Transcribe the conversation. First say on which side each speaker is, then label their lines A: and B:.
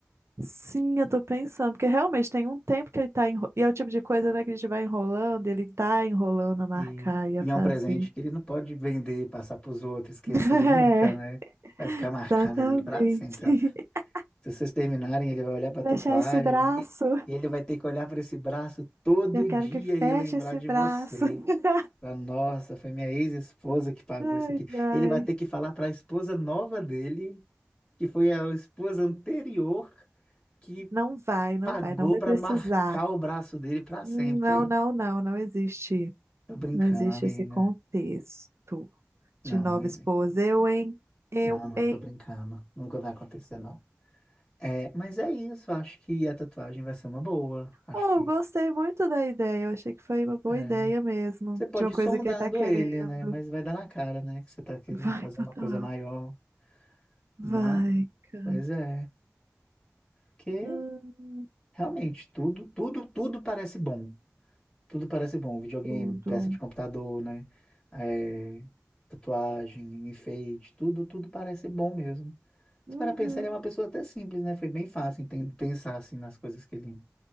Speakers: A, on the right; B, on the left.
A: Sim, eu tô pensando, porque realmente tem um tempo que ele tá enro... E é o tipo de coisa, né, que a gente vai enrolando, ele tá enrolando a marcar
B: E,
A: e a
B: e
A: fazer.
B: é um presente que ele não pode vender, passar para os outros, esquecer
A: <laughs>
B: nunca, né?
A: É,
B: Vai ficar marcado
A: exatamente.
B: ali para sempre, ó.
A: <laughs>
B: Se vocês terminarem, ele vai olhar para
A: Fechar
B: a tatuagem
A: esse braço.
B: e e ele vai ter que olhar para esse braço todo
A: Eu quero
B: dia
A: que feche
B: e lembrar
A: esse
B: de
A: braço.
B: você.
A: <laughs>
B: Falar, Nossa, foi minha ex-esposa que pagou
A: Ai,
B: isso aqui.
A: ai.
B: Ele vai ter que falar para a esposa nova dele que foi a esposa anterior que
A: Não vai, não
B: pagou
A: vai, não vai
B: para
A: precisar.
B: marcar o braço dele para sempre.
A: Não, não, não, não existe.
B: Tô brincando,
A: Não existe
B: amiga.
A: esse contexto
B: Não,
A: de nova
B: não existe.
A: esposa. Eu, hein? Eu,
B: Não, não,
A: hein?
B: tô brincando. Nunca vai acontecer, não. É, mas é isso, acho que a tatuagem vai ser uma boa. Acho
A: Oh,
B: que
A: eu gostei muito da ideia. Eu achei que foi uma boa
B: é.
A: ideia mesmo.
B: Você pode
A: De uma
B: ir
A: coisa
B: sondando
A: que ele tá querendo.
B: ele, né? Mas vai dar na cara, né? Que você tá querendo
A: <laughs> Vai,
B: fazer
A: total.
B: uma coisa maior.
A: Vai,
B: Mas,
A: cara.
B: pois é, porque
A: Hum,
B: realmente tudo, tudo, tudo parece bom. Tudo parece bom. Videogame,
A: tudo.
B: peça de computador, né? É, tatuagem, enfeite, tudo, tudo parece bom mesmo. Se
A: Uhum.
B: para pensar, ele é uma pessoa até simples, né? Foi bem fácil enten- pensar assim nas coisas que ele.